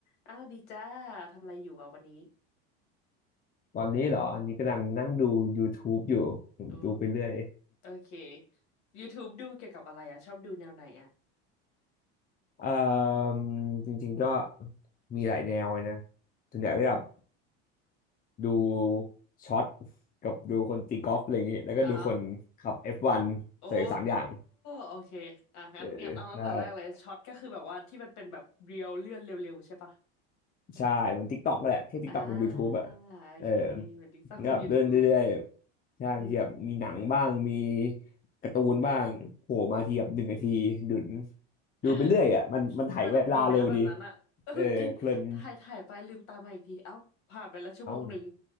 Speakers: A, on the left; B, on the left.
A: อ้าวดีจ้าทำอะไรอยู่อ่ะวันนี้
B: ตอนนี้เหรออันนี้กำลังนั่งดู
A: อืม
B: YouTube อยู่ผมดูไปเรื่อย
A: ดูโอเค YouTube ดูเกี่ยวกับอะไรอ่ะชอบดูแนวไหนอ่ะ
B: เอ่อจริงๆก็มีหลายแนวเลยนะส่วนใหญ่ก็แบบดูช็อตกับดูคนตีกอล์ฟอะไรอย่างงี้แล้วก็ดูคนขับ
A: อ๋อ
B: F1
A: โอ้
B: ใส่สามอย่าง
A: โอเคอ่ะงั้นงั้นเอาตั้งแต่แรกเลยช็อตก็คือแบบว่าที่มันเป็นแบบเรียวเลื่อนเร็วๆใช่ปะ
B: เออใช่ ใช่เหมือน TikTok แหละแค่ TikTok
A: อ่า
B: บน YouTube อ่ะ
A: โอเคเป็นติ๊กต็อกเป็น
B: เออก็แบบเลื่อนเรื่อยๆใช่บางทีแบบมีหนังบ้างมี
A: YouTube อืม
B: การ์ตูนบ้างโผล่มาทีแบบหนึ่งนาทีดุน
A: อืมเออ
B: ดูไปเรื่อยอ่ะมันมันไถเวลาเร็วดี
A: สสนุกดีนะแบบนั้นอ่ะเออจริงถ่ายถ่ายไปลืมตามาอีกทีเอ้าผ่านไปแล้วชั่วโมงหนึ่ง
B: เออเพลินเอ้า